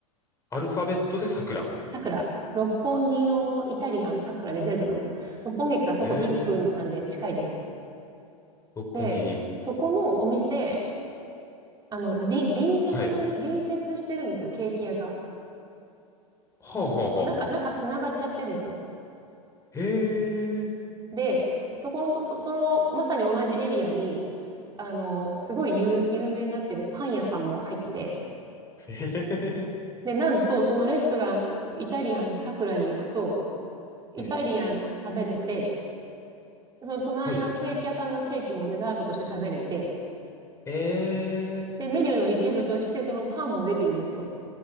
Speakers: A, on the left; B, on the right.
A: アルファベットで桜。
B: さくら、六本木のイタリアンさくらで出ると思います。六本木駅から徒歩1分なんで近いです。
A: へえ、六本木。
B: で、そこのお店、あの、り隣接、
A: はい。
B: 隣接してるんですよ、ケーキ屋が。
A: はあはあはあはあ。
B: もう中、中つながっちゃってるんですよ。
A: へえ、
B: で、そこのと、そ、その、まさに同じエリアに、すあの、すごい有、有名になってるパン屋さんも入ってて、
A: へへへへ。
B: で、なんと、そのレストラン、イタリアンさくらに行くと、イタリアン食べれて、
A: はい。
B: その隣のケーキ屋さんのケーキもデザートとして食べれて、
A: はい。え
B: で、メニューの一部としてそのパンも出てるんですよ。